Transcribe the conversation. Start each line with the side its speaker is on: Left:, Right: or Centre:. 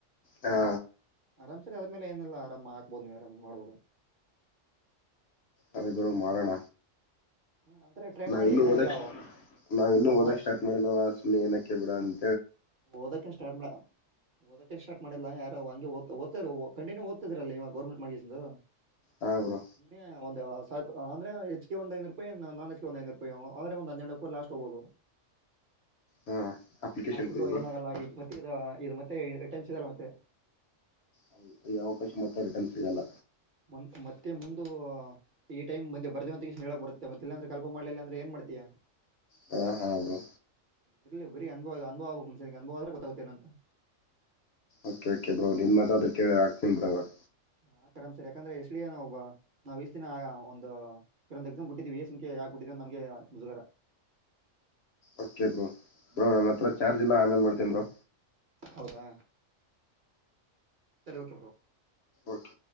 Left: ಹಾ
Right: ಆರಾಮ್ ಸರಿ ಅದ್ರ್ ಮೇಲೆ ಏನಿಲ್ಲ ಆರಾಮ್ ಆಕ್ಬೋದ್ ನೀ ಆರಾಮಗ್ ಮಾಡ್ಬೋದು.
Left: ಅದೆ ಬ್ರೋ ಮಾಡಣ.
Right: ಹ್ಮ್, ಅಂದ್ರೆ ಟ್ರೈ
Left: ನಾವ್
Right: ಮಾಡಿ
Left: ಇನ್ನು
Right: ಏನಾಗಲ್ಲ
Left: ಓದಕ್ ಸ್ಟ್
Right: ಅವು
Left: ನಾವ್ ಇನ್ನು
Right: ಒಂದ್
Left: ಓದಕ್ ಸ್ಟಾರ್ಟ್ ಮಾಡಿಲ್ಲವಲ್ಲ ಸುಮ್ನೆ ಏನಕ್ಕೆ ಬಿಡ ಅ
Right: ಓದಕ್ಕೇನ್ ಸ್ಟಾರ್ಟ್ ಬ್ಲ ಓದಕ್ಕೆ ಸ್ಟಾರ್ಟ್ ಮಾಡಿಲ್ಲಾ ಯಾರು ಹಂಗೆ ಓದ್ ಓದ್ತಿರು ಕಂಟನ್ಯೂ ಓದ್ತಿದ್ರಲ್ಲ ಇವಗ್ ಗೌರ್ಮೆಂಟ್ ಮಳ್ಗೆಸಿಂದು,
Left: ಹಾ ಬ್ರೋ
Right: ಸುಮ್ನೆ ಒಂದ ಸಾವ್ರ್ ಅಂದ್ರೆ ಹೆಚ್ಗೆ ಒಂದ್ ಐನುರೂಪಾಯಿ ನಾನ್ ಹೆಚ್ ಗೆ ಒಂದ್ ಐನುರೂಪಾಯು ಹೊದ್ರೆ ಒಂದ್ ಹನ್ನೆರಡ್ <unintelligible> ಲಾಸ್ಟ್ ಹೋಗ್ಬೋದು.
Left: ಹಾ ಅಪ್ಲಿಕೇಶನ್
Right: ಹಾಕಿಬ್ರೋ
Left: ಫೀ ಬ್ರೋ
Right: ಏನಾಗಲ್ಲ ಇದ್ ಮತ್ತೆ ಇದ ಇದ್ ಮತ್ತೆ ಟೈಮ್ ಸಿಗಲ್ಲ ಮತ್ತೆ
Left: ಹೌದು ಈ ಅವಕಾಶ ಮತ್ತೆ ರಿಟರ್ನ್ ಸಿಗಲ್ಲ.
Right: ಬಂತ್ ಮತ್ತೆ ಮುಂದು ಈ ಟೈಮ್ ಬಂದೆ ಬರ್ದ ಅಂತ <unintelligible> ಹೇಳಕ್ ಬರುತ್ತೆ ಮತ್ತಿಲ್ಲ ಅಂದ್ರೆ ಕಾಲ್ಫರ್ ಮಾಡ್ಲಿಲ್ಲ ಅಂದ್ರೆ ಏನ್ ಮಾಡ್ತಿಯಾ.
Left: ಹ ಹಾ ಬ್ರೋ
Right: ಇಲ್ಲಿ ಬರೀ ಅನುಭವ ಅನುಭವ ಆಗ್ಬೇಕ್ ಮುಂಚೆ ನಿಂಗ್ ಅನುಭವ ಆದ್ರೆ ಗೊತ್ತಾಗುತ್ತೆ ಏನಂತ.
Left: ಓಕೆ ಓಕೆ ಬ್ರೋ ನಿಮ್ ಮಾತಾದ್ರು ಕೇಳಿ ಆಕ್ತಿನ್ ಬ್ರೊ ಇವಾಗ.
Right: ಹಾಕ್ ಆರಾಮ್ಸೆ ಯಾಕಂದ್ರೆ ಎಸ್ ಡಿ ಎ ಓನೆ ಒಬ್ಬ ನಾವ್ ಇಸ್ ದಿನ ಒಂದು ಇನ್ನೊಂದ್ ಎಕ್ಸಾಮ್ ಬಿಟ್ಟಿದ್ವಿ ಇ ಎಸ್ ಎಂ ಕೆ ಯಾಕ್ ಬಿಟ್ಟಿದ್ವಿ ಅಂತ ನಮ್ಗೆ ಮುಜುಗರ.
Left: ಓಕೆ ಬ್ರೋ ಬ್ರೋ ನನ್
Right: ಹ್ಮ್,
Left: ಹತ್ರ ಚಾರ್ಜ್ ಇಲ್ಲ ಆಮೇಲೆ ಮಾಡ್ತ್ ತಿನ್ ಬ್ರೋ.
Right: ಹೌದಾ ಸರಿ ಓಕೆ ಬ್ರೋ.
Left: ಓಕೆ